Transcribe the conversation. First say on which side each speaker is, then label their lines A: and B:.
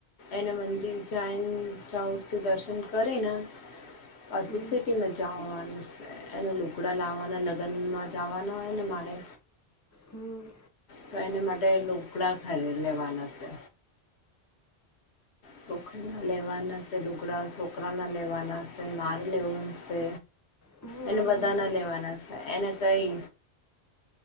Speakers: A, on the left (about 85°); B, on the left (about 20°).
A: એને મંદિર જાયને, જાઉ કે દર્શન કરીેને પછી,
B: હમ
A: સિટીમા જવાનું છે. એને ટુકડા લાવવાના લગ્નમા, જવાના હોય, ને મારે
B: હમ્મ.
A: તો એને માટે લોકલાા ખરી લેવાના છે. છોખરી ના લેવાના છે, ડુગળ છોકરા ના લેવાના છે, માર લેવાનું છે.
B: હમ
A: એને બધા ના લેવાના છે, એને કઈ